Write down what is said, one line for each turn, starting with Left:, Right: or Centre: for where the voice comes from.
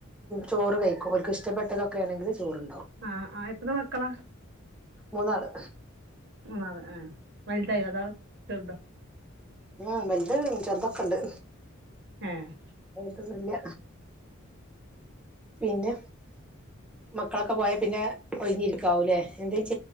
Centre: ചോറ് കഴിക്കും ഓൽക്ക് ഇഷ്ടപ്പെട്ടതൊക്കെണെങ്കില് ചോറ്
Right: ആഹ് ആഹ് എത്ര മക്കളാ?
Centre: മൂന്നാള്
Right: മൂന്നാള് ഏഹ് വല്തായിനതോ ചെറ്തോ?
Centre: ഉം വല്ത് ചെറ്തൊക്കെ ണ്ട്
Right: ആഹ്
Centre: പ്പൊന്നുല്യ പിന്നെ മക്കളൊക്കെ പോയാ പിന്നെ ഒഴിഞ്ഞിരിക്കാവൂലേ എന്തേ ചെ